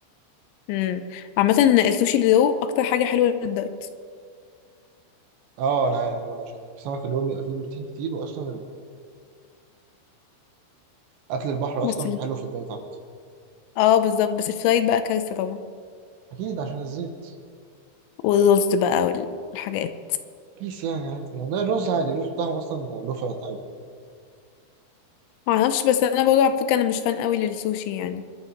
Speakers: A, on the left; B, on the right.
A: امم عامة السوشي اللي رو اكتر حاجة حلوة للدايت
B: اه انا عارف اه عشان السمك اللي هو بيبقى فيه بروتين كتير واصلا اكل البحر
A: بس
B: اصلا
A: ال...
B: حلو في الدايت على الانسان
A: اه بالظبط بس الفرايد بقى كارثة طبعا
B: اكيد عشان الزيت
A: والرز بقى والحاجات
B: بيس يعني عادي يعني ده الرز عادي الرز بتاعهم اصلا له فات عادي
A: معرفش بس انا برضه على فكره انا مش فان قوي للسوشي يعني